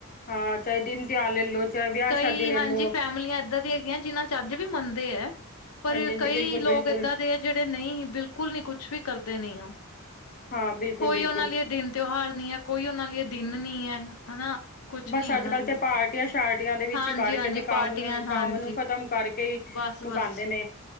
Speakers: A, on the left; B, on the left.
A: ਹਾਂ ਚਾਹੇ ਦਿਨ ਤਿਹਾਰ ਲੈ ਲੋ ਚਾਹੇ ਵਿਆਹ
B: ਕਈ
A: ਸ਼ਾਦੀ ਲੈ
B: ਹਾਂਜੀ
A: ਲੋ।
B: ਫੈਮਿਲੀਆਂ ਏਦਾਂ ਦੀ ਹੈਗੀਆਂ ਜਿਨਾਂ ਚ ਅੱਜ ਵੀ ਮੰਨਦੇ ਆ ਪਰ
A: ਹਾਂਜੀ, ਹਾਂਜੀ
B: ਕਈ
A: ਬਿਲਕੁਲ,
B: ਲੋਕ
A: ਬਿਲਕੁਲ
B: ਇੱਦਾਂ ਦੇ ਆ ਜਿਹੜੇ ਨਹੀਂ ਬਿਲਕੁਲ ਨਹੀਂ ਕੁਛ ਵੀ ਕਰਦੇ ਨੇ ਉਹ
A: ਹਾਂ ਬਿਲਕੁਲ
B: ਕੋਈ
A: ਬਿਲਕੁਲ
B: ਉਹਨਾਂ ਲਈ ਦਿਨ ਤਿਉਹਾਰ ਨਹੀ ਹੈ ਕੋਈ ਉਹਨਾਂ ਲਈ ਦਿਨ ਨੀ ਹੈ ਹਨਾ ਕੁਛ
A: ਬਸ
B: ਨੀ ਉਹਨਾਂ
A: ਅੱਜ ਕੱਲ
B: ਲਈ
A: ਤੇ ਪਾਰਟੀਆਂ ਸ਼ਾਰਟੀਆਂ ਦੇ ਵਿੱਚ
B: ਹਾਂਜੀ
A: ਕਰਕੇ
B: ਹਾਂਜੀ
A: ਤੇ ਕੰਮ
B: ਪਾਰਟੀਆਂ
A: ਨੂੰ
B: ਹਾਂਜੀ
A: ਕੰਮ ਨੂੰ ਖ਼ਤਮ ਕਰਕੇ ਹੀ
B: ਬਸ
A: ਮੁਕਾਉਂਦੇ
B: ਬਸ
A: ਨੇ